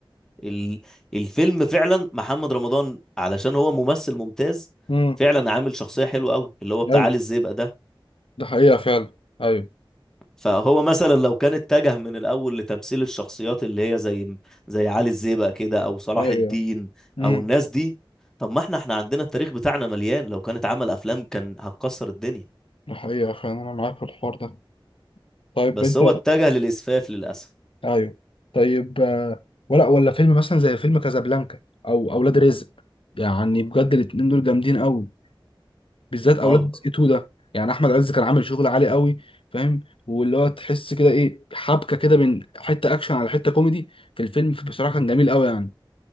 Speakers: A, in the centre; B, on the left.
A: ال- الفيلم فعلا محمد رمضان علشان هو ممثل ممتاز
B: امم
A: فعلا عامل شخصية حلوة قوي اللي هو بتاع
B: ايوه
A: علي الزيبق ده
B: ده حقيقه فعلا ايوه
A: فهو مثلا لو كان اتجه من الأول لتمثيل الشخصيات اللي هي زي زي علي الزيبق كده أو صلاح
B: ايوه
A: الدين
B: امم
A: أو الناس دي طب ما احنا احنا عندنا التاريخ بتاعنا مليان لو كانت عمل أفلام كان هتكسر الدنيا
B: ده حقيقه فعلا انا معاك في الحوار ده طيب
A: بس
B: انت
A: هو اتجه للإسفاف للأسف
B: ايوه طيب آه، ولا ولا فيلم مثلا زي فيلم كازابلانكا او اولاد رزق يعني بجد الاتنين دول جامدين قوي بالذات اولاد
A: ما هو
B: رزق 2 ده يعني احمد عز كان عامل شغل عالي قوي فاهم واللي هو تحس كده ايه حبكه كده من حته اكشن على حته كوميدي في الفيلم بصراحه كان جميل قوي يعني